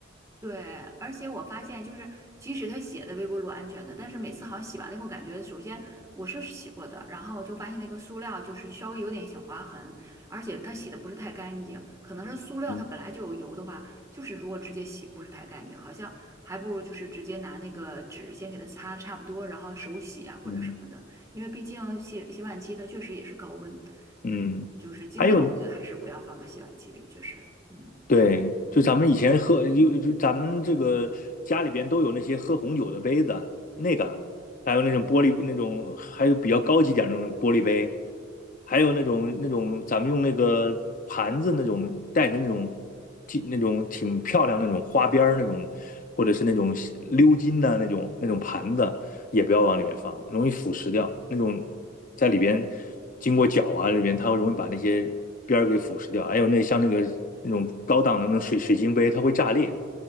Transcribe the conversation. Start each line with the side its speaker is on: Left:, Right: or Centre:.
Right: 对，而且我发现，就是即使他写的微波炉安全的，但是每次好像洗完了以后，感觉首先我是洗过的，然后就发现那个塑料就是稍微有点小划痕，而且它洗的不是太干净，可能是塑料它本来就有油的话，
Left: 嗯
Right: 就是如果直接洗不是太干净，好像还不如就是直接拿那个纸先给它擦差不多，然后手洗啊或者什么的，
Left: 嗯
Right: 因为毕竟洗洗碗机它确实也是高温，
Left: 嗯，
Right: 嗯，就是尽量我觉得还是不要放到洗碗机里，
Left: 还有
Right: 确实，嗯。
Left: 对，就咱们以前喝，就就咱们这个家里边都有那些喝红酒的杯子，那个还有那种玻璃那种，还有比较高级点儿那种玻璃杯，还有那种那种咱们用那个盘子那种带着那种挺那种挺漂亮那种花边儿那种，或者是那种鎏金的那种那种盘子，也不要往里面放，容易腐蚀掉。那种在里边经过搅啊，里边它会容易把那些边儿给腐蚀掉。还有那像那个那种高档的那种水水晶杯，它会炸裂。